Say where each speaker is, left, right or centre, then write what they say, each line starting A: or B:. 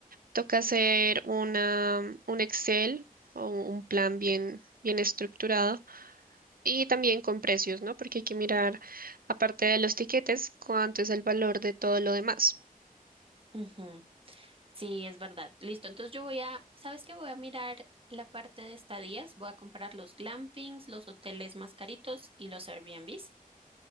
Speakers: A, on the right; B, on the right.
A: toca hacer una, un Excel o un plan bien, bien estructurado y también con precios, ¿no? Porque hay que mirar, aparte de los tiquetes, cuánto es el valor de todo lo demás.
B: Ujú. Sí, es verdad. Listo. Entonces yo voy a, ¿sabes qué? Voy a mirar la parte de estadías. Voy a comparar los glampings, los hoteles más caritos y los Airbnbs.